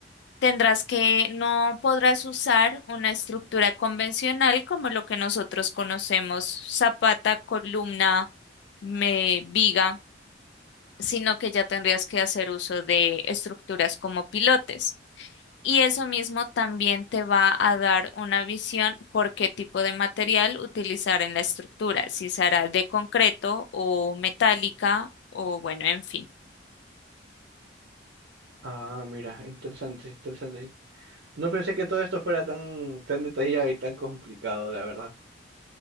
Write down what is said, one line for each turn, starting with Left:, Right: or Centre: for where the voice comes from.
Left: Tendrás que, no podrás usar una estructura convencional como lo que nosotros conocemos, zapata, columna, me- viga, sino que ya tendrías que hacer uso de estructuras como pilotes. Y eso mismo también te va a dar una visión por qué tipo de material utilizar en la estructura, si será de concreto o metálica o bueno, en fin.
Right: Ah, mira, interesante, interesante. No pensé que todo esto fuera tan, tan detallado y tan complicado, la verdad.